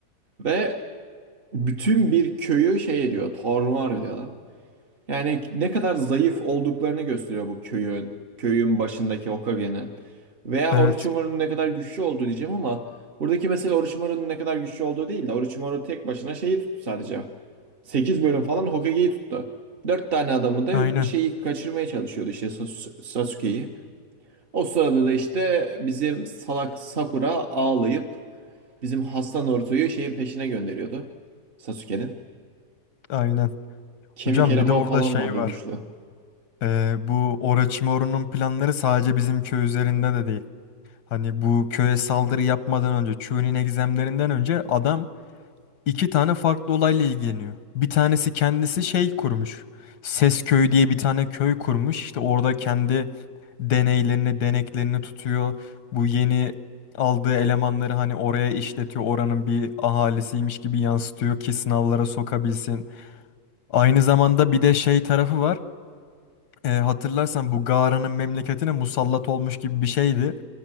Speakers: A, on the right; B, on the left.
A: Ve bütün bir köyü şey ediyor. Tarumar ediyor adam. Yani ne kadar zayıf olduklarını gösteriyor bu köyün. Köyün başındaki Hokage'nin. Veya
B: Evet
A: Orochimaru'nun ne kadar güçlü olduğu diyeceğim ama buradaki mesele Orochimaru'nun ne kadar güçlü olduğu değil de Orochimaru tek başına şeyi tuttu sadece. 8 bölüm falan Hokage'yi tuttu. 4 tane adamı da
B: aynen
A: şeyi kaçırmaya çalışıyordu işte Sas- Sasuke'yi. O sırada da işte bizim salak Sakura ağlayıp bizim hasta Naruto'yu şeyin peşine gönderiyordu. Sasuke'nin.
B: aynen.
A: Kemik
B: Hocam
A: eleman
B: bir de orada
A: falan
B: şey
A: vardı
B: var.
A: güçlü.
B: Ee, bu Orochimaru'nun planları sadece bizim köy üzerinde de değil. Hani bu köye saldırı yapmadan önce, Chu'nun egzemlerinden önce adam iki tane farklı olayla ilgileniyor. Bir tanesi kendisi şey kurmuş. Ses Köyü diye bir tane köy kurmuş. İşte orada kendi deneylerini, deneklerini tutuyor. Bu yeni aldığı elemanları hani oraya işletiyor. Oranın bir ahalisiymiş gibi yansıtıyor ki sınavlara sokabilsin. Aynı zamanda bir de şey tarafı var. E, hatırlarsan bu Gara'nın memleketine musallat olmuş gibi bir şeydi